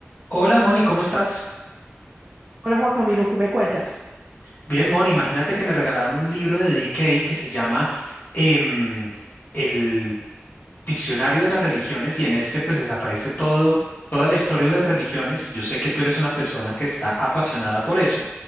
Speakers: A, on the left; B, on the right.
A: Hola Moni, ¿cómo estás?
B: Hola Juan Camilo, ¿qué me cuentas?
A: Bien, Moni, imagínate que me regalaron un libro de D. K. que se llama em, El Diccionario de las Religiones y en este pues desaparece todo, toda la historia de las religiones y yo sé que tú eres una persona que está apasionada por eso,